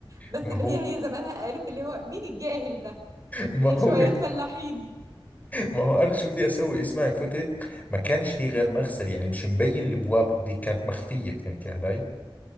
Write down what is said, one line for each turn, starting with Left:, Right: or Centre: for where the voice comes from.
Right: بس
Left: ما
Right: اللي
Left: هو
Right: هي هي زمانها قالت اللي هو مين الجاهل ده
Left: ما هو
Right: شويه فلاحين
Left: ما هو انا شو بدي اسوي اسمعي فتت ما كانش في غير مغسل يعني مش مبين الابواب هذه كانت مخفيه فهمتي علي